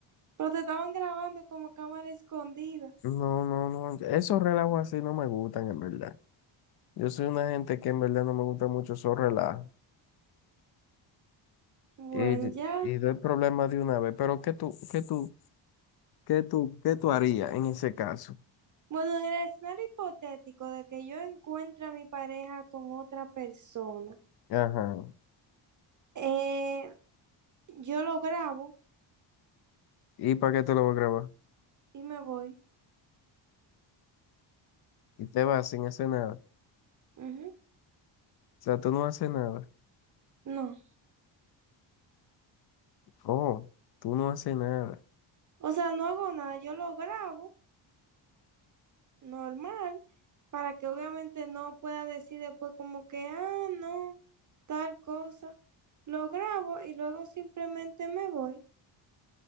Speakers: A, on the right (about 40°); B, on the left (about 55°).
A: Pero te estaban grabando como cámara escondida.
B: No, no, no. Esos relajos así no me gustan, en verdad. Yo soy una gente que en verdad no me gusta mucho esos relajos.
A: Bueno,
B: Y,
A: ya.
B: y doy problemas de una vez. Pero ¿qué tú, qué tú, qué tú, qué tú harías en ese caso?
A: Bueno, en el escenario hipotético de que yo encuentre a mi pareja con otra persona,
B: Ajá.
A: eh, yo lo grabo
B: ¿Y para qué te lo voy a grabar?
A: y me voy.
B: Y te vas sin hacer nada. O
A: Ujú.
B: sea, tú no haces nada.
A: No,
B: Oh, tú no haces nada.
A: o sea, no hago nada, yo lo grabo normal para que obviamente no pueda decir después como que, ah, no, tal cosa. Lo grabo y luego simplemente me voy.